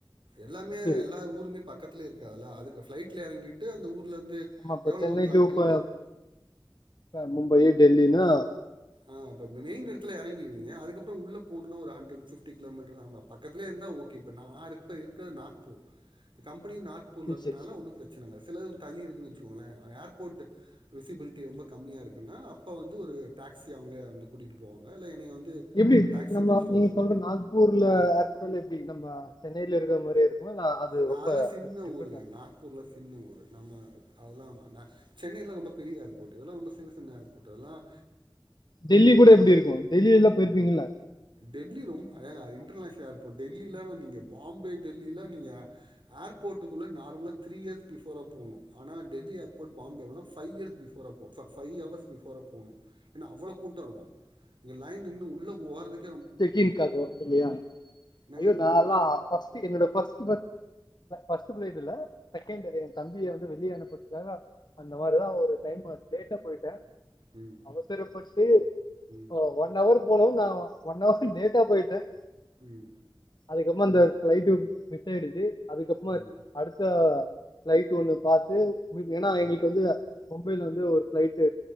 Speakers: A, on the right; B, on the left.
A: எல்லாமே
B: சரி
A: எல்லா ஊருமே பக் பக்கத்துல இருக்க அதுக்கு ஃபிளைட்ல இறங்கிட்டு அந்த ஊர் ஊர்லேருந்து
B: ஆமா இப்ப
A: எவ்வளோ
B: சென்னை
A: தூரத்தில
B: டூ
A: அடுத்த
B: போ மும்பை டெல்லினா
A: ஆஹ இப்ப மெயின்யிருக் ட்டதுல இறங்கிறீங்க அதுகப்புறோ உள்ள போனும் இன்னு ஒரு ஹண்டர்ட் இல்ல ஃபிட்டி கிலோ மீட்டரு பக்கதுலே இருந்தா ஓகே இப்ப நா இருக்குறது நார்த்து கம் இப்பியு நாக்பூர்ல இருக்கனால
B: சிக்ஸ்
A: ஒன்னும் பிரச்சனை இல்ல சில ஊர் தள்ளி இருக்குதுன்னு வச்சுக்கோங்களேன் ஏர்போர்ட் விசிபிலிட்டி ரொம்ப கம்மியா இருக்குன்னா அப்போ வந்து ஒரு டாக்ஸி அவுங்களே வந்து கூட்டிட்டு போவாங்க இல்ல என்னைய வந்து
B: எப்டி
A: டாக்ஸி
B: நம்ம
A: புடிச்சிட்டு
B: நீங்க
A: வர சொல்லிருவாங்க
B: சொல்ற நாக்பூர்ல ஏர்போர்ட் எப்டி ப்படி நம்ம சென்னையில இருக்க மாரியே இருக்கு இருக்குமா இல்ல அது
A: நா
B: ரொம்ப
A: அதுல சின்ன
B: டிஃப்ரெண்டா
A: ஊருங்க நாக்பூர்ல சின்ன ஊரு நம்ம அதெல்லாம் ந சென்னை எல்லாம் ரொம்ப பெரிய ஏர்போர்ட் இதெல்லாம் ரொம்ப சின்ன சின்ன ஏர்போர்ட் அதெல்லாம்
B: டெல்லி கூட எப்டி இருக்கும் டெல்லி எல்லாம் போயிருப்பீங்களா
A: டெல்லி ரொம்‌ அது இன்டர்நேஷனல் ஏர்போர்ட் டெல்லில நீங்க பாம்பே டெல்லி இல்ல நீங்க ஏர்போட்டுக்குள்ள நார்மலா த்ரீயர்ஸ் ஃபிபோரா பயனும் ஆனா டெல்லி ஏர்போர்ட் பயந்தவங்க ஃப்ஐயர்ஸ் பிபோரா போனும் ஃப்ஐ அவர்ஸ் ஃபிபோரா போனும் ஏன்னா அவளோ கூட்டம் இருக்கும் இங்க லைன் இன்ன உள்ள போறதுக்
B: செக்கின் கது இல்லையா
A: என்னங்க
B: ஐயோ நான்ல்லாம் பஸ் என்னோட பஸ்ட் பஸ்ட் பிளேட் இல்ல தக்கந்திர தம்பி வெளியே எனப்பக்காங்க அந்த மாதிரிதான் ஒரு டைம் லேட்ட போயிட்டேன்
A: ம்
B: அவசரப்பட்
A: ம்
B: உம் ஒன் அவர் போகனும் நான் ஒன்வர் லேட்டா போயிட்டேன்
A: உம்
B: அதுக்கப்புற அந்த பிளைட் மிஸ் ஆயிடுச்சு அதுக்கப்புறமா
A: ம்
B: அடுத்த பிளைட் ஒண்ணு பாத்து ஏன்னா எங்களுக்கு
A: ம்
B: வந்து மும்பைல வந்து ஒரு பிளைட்டு